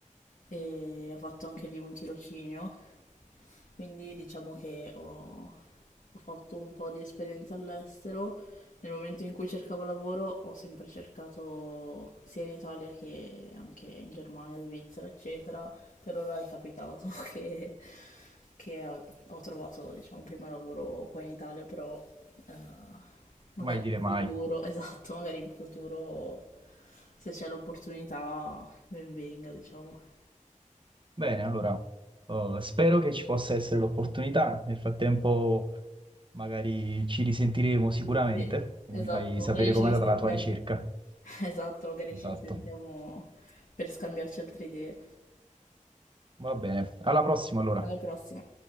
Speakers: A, on the left; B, on the right.
A: e ho fatto anche lì un tirocinio, quindi diciamo che ho, ho fatto un po' di esperienza all'estero. Nel momento in cui cercavo lavoro ho sempre cercato sia in Italia che anche in Germania, Svizzera, eccetera. Per ora è capitato <laughs> che, che ho trovato, diciamo, un primo lavoro qua in Italia, però eh, Magari
B: Mai dire
A: in
B: mai.
A: futuro, <laughs> esatto, magari in futuro se c'è l'opportunità, ben venga, diciamo.
B: Bene, allora, uh, spero che ci possa essere l'opportunità. Nel frattempo, magari ci risentiremo sicuramente
A: Sì,
B: e
A: esatto,
B: mi fai sapere
A: magari
B: com'è
A: ci risentiamo.
B: andata la tua ricerca.
A: <laughs> Esatto, magari ci
B: Esatto.
A: risentiamo per scambiarci altre idee.
B: Va bene. Alla prossima, allora.
A: Alla prossima.